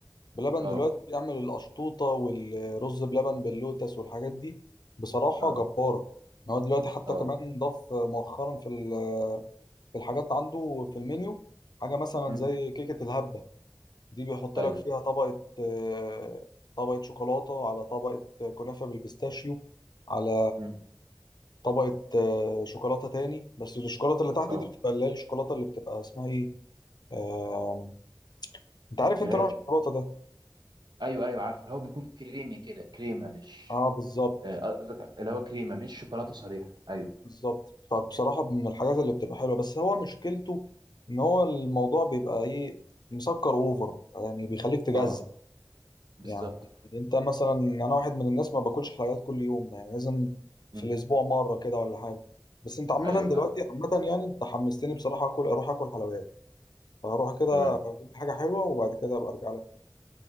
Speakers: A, on the left; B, on the right.
A: بلبن
B: اه
A: دلوقتي بيعمل القشطوطة والرز بلبن باللوتس والحاجات دي بصراحة
B: اه
A: جبارة إن هو دلوقتي حتى
B: اه
A: كمان ضاف مؤخرا في ال- في الحاجات عنده في المنيو حاجة مثلا
B: مم.
A: زي كيكة الهبة دي بيحط
B: ايوه
A: لك فيها طبقة آه، طبقة شوكولاتة على طبقة كنافة بالبيستاشيو على
B: مم.
A: طبقة آه، شوكولاتة تاني بس الشوكولاتة اللي تحت
B: اه
A: دي بتبقى اللي هي الشوكولاتة اللي بتبقى اسمها ايه آم، انت عارف انت
B: كرا-
A: نوع الشوكولاتة ده
B: ايوه ايوه عارف اللي هو بيكون كريمي كده كريمه مش
A: اه بالظبط
B: آه، قصدك اللي هو كريمه مش شوكولاته صريحه ايوه
A: بالظبط فبصراحة من الحاجات اللي بتبقى حلوة بس هو مشكلته إن هو الموضوع بيبقى إيه مسكر أوفر يعني بيخليك تجزع
B: اه بالظبط
A: يعني أنت مثلا أنا واحد من الناس ما باكلش حلويات كل يوم يعني لازم
B: مم.
A: في الأسبوع مرة كده ولا حاجة بس أنت عامة
B: ايوه فاهم
A: دلوقتي عامة يعني أنت حمستني بصراحة أكل أروح أكل حلويات فهروح كده
B: تمام
A: أجيب لي حاجة حلوة وبعد كده أبقى أرجع لك تاني